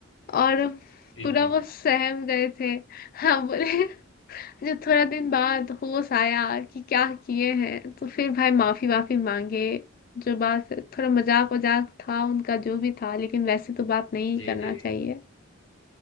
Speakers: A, on the left; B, on the left.
A: और
B: जी
A: पूरा
B: जी
A: वो सहम गए थे हाँ बोले फिर थोड़ा दिन बाद होश आया कि क्या किए हैं तो फिर भाई माफी वाफी मांगे जो बात थोड़ा मजाक वजाक था उनका जो भी था लेकिन वैसे तो बात नहीं
B: जी
A: करना
B: जी
A: चाहिए